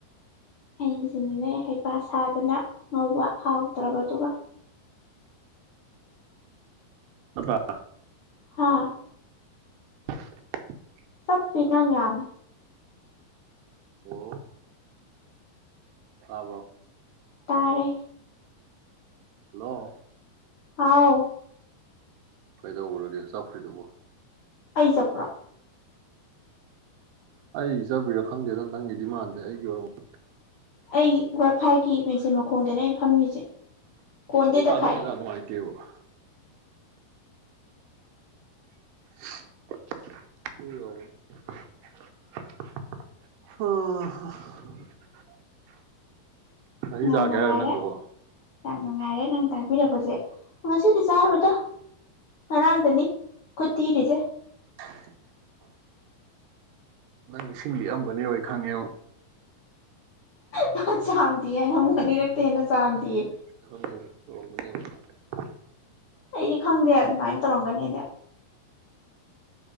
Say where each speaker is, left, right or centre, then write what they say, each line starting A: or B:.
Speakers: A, on the left (about 70°); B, on the right (about 80°).
A: ꯑꯩ ꯁꯤꯅꯤꯡꯉ ꯍꯥꯏ ꯕꯥꯁꯥꯗꯅ ꯉꯧꯕ ꯍꯥꯎꯗ꯭ꯔꯕꯗꯨꯒ
B: ꯑꯠꯇ
A: ꯍꯥꯥ
B: <unintelligible>
A: ꯆꯞꯄꯤ ꯅꯪ ꯌꯥꯝꯅ
B: ꯑꯣ ꯇꯕ꯭ꯔꯣ
A: ꯇꯔꯦ
B: ꯍꯜꯂꯣ
A: ꯑꯥꯎ
B: ꯀꯩꯗꯧꯈꯨꯔꯒꯦ ꯆꯥꯎꯈ꯭ꯔꯤꯗꯨꯧꯕ
A: ꯑꯩ ꯆꯄ꯭ꯔꯥ
B: ꯑꯩ ꯏ ꯆꯕꯤꯔꯥ ꯈꯪꯗꯦꯗ ꯅꯪꯒꯤꯗꯤ ꯃꯥꯟꯗꯦ ꯑꯩꯒꯤ ꯑꯣꯏꯔ
A: ꯑꯩ ꯋꯥꯏꯐꯥꯏꯒꯤ ꯃꯦꯆꯤꯟ ꯃꯈꯣꯡꯗꯅꯦ ꯑꯩꯅ ꯐꯝꯃꯤꯁꯦ ꯀꯣꯟꯗꯦꯗ
B: ꯑꯩ ꯇꯥ ꯑꯗꯨꯅꯦ
A: ꯈꯥꯛꯑꯦ
B: ꯀꯥ ꯑꯗꯨꯅꯨꯡ ꯍꯥꯏꯥꯏꯇ ꯑꯣ ꯑꯁꯤ
A: ꯌꯥꯝ
B: ꯆꯥꯛꯒꯦ
A: ꯅꯨꯡꯉꯥꯏꯔꯦ
B: ꯍꯥꯏꯔꯣ ꯅꯪꯗꯨꯕꯣ
A: ꯌꯥꯝ ꯅꯨꯡꯉꯥꯏꯔꯦ ꯅꯪ ꯇꯥꯛꯕꯤꯔꯛꯄꯁꯦ ꯉꯁꯤꯗꯤ ꯆꯥꯔꯨꯗꯣ ꯉꯔꯥꯡꯗꯅꯤ ꯈꯨ ꯊꯤꯔꯤꯁꯦ
B: <unintelligible> ꯅꯪ ꯏꯁꯤꯡ ꯂꯤꯑꯝꯒꯅꯤ ꯑꯣꯏ ꯈꯪꯉꯦꯕ
A: ꯅ ꯆꯥꯟꯗꯤ ꯍꯥꯏꯅ ꯅꯤ ꯔꯛꯇꯟꯅꯁꯥꯡꯗꯤꯌꯦ
B: ꯈꯪꯉꯦꯕ <unintelligible>
A: ꯑꯩꯗꯤ ꯈꯪꯗꯦ ꯑꯗꯨꯃꯥꯏꯅ ꯇꯧꯔꯝꯒꯅꯤꯗ